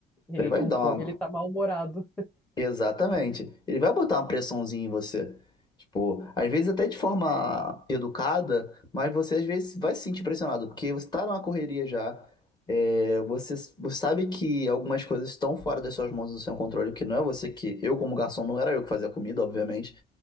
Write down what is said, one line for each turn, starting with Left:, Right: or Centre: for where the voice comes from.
Centre: E aí,
Left: Ele vai
Centre: com
Left: dar
Centre: fome,
Left: uma.
Centre: ele tá mal-humorado.
Left: Exatamente. Ele vai botar uma pressãozinha em você. Tipo, às vezes até de forma educada, mas você às vezes vai se sentir pressionado, porque você tá numa correria já. É, você, você sabe que algumas coisas estão fora das suas mãos e do seu controle, que não é você que. Eu, como garçom, não era eu que fazia a comida, obviamente.